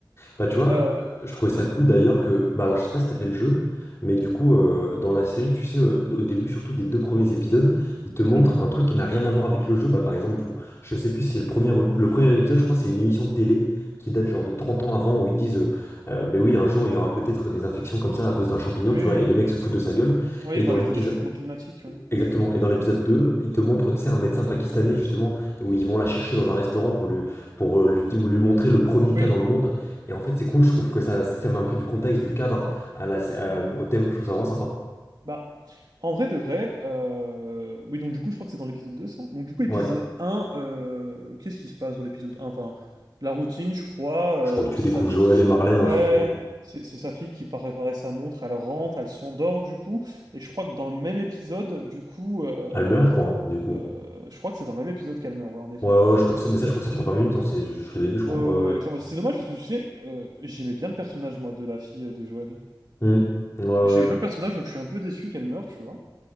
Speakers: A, on the left; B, on the right.
A: Bah tu vois,
B: Euh,
A: euh, je trouvais
B: mhm,
A: ça cool d'ailleurs que... Bah alors je sais pas si t'as fait le jeu, mais du coup euh, dans la série, tu sais, euh, au début surtout des deux premiers épisodes, ils te
B: mhm.
A: montrent un truc qui n'a rien à voir avec le jeu. Bah par exemple du coup, je sais plus si c'est le premier, ou- le premier épisode, je crois c'est une émission de télé qui date genre de 30 ans avant où ils disent, euh, Euh, mais oui un jour il y aura peut-être des infections comme ça à cause d'un champignon,
B: Oui,
A: tu vois, et les mecs se foutent de sa gueule.
B: oui,
A: Et
B: il
A: dans
B: parlait
A: l'épisode,
B: du réchauffement climatique, Oui.
A: Exactement.
B: oui.
A: Et dans l'épisode 2, il te montre, tu sais, un médecin pakistanais, justement, où ils vont la chercher dans un restaurant pour lui, pour euh, lui, lui montrer le premier
B: oui.
A: cas dans
B: Oui.
A: le monde. Et en fait, c'est cool, je trouve que ça, ça met un peu du contexte, du cadre à la, à- au thème. Je trouve ça vraiment sympa.
B: Bah, en vrai de vrai, euh, oui, donc du coup, je crois que c'est dans l'épisode 2, ça. Donc du coup, épisode
A: Ouais.
B: un. euh, qu'est-ce qui se passe dans l'épisode un Enfin, la routine, je crois, euh,
A: Je crois que tu
B: c'est
A: découvres
B: sa fille
A: Joël
B: qui...
A: et Marlène,
B: Ouais,
A: hein, surtout. hein.
B: c'est c'est sa fille qui part réparer sa montre, elle rentre, elle s'endort, du coup, et je crois que dans le même épisode, du coup... euh,
A: Elle meurt, je crois, hein, du coup.
B: euh, je crois que c'est dans le même épisode qu'Almer, ouais, en effet.
A: Ouais, ouais, je crois que ça, mais ça, je
B: Euh,
A: crois que ça dure 20 minutes, hein, c'est juste le début, je
B: ouais,
A: crois.
B: ouais,
A: Ouais, ouais.
B: ouais, clairement. C'est dommage parce que, tu sais, euh, j'aimais bien le personnage, moi, de la fille euh, de Joël.
A: Hmm. Ouais, ouais.
B: J'aimais bien le personnage, donc je suis un peu déçu qu'elle meure, tu vois.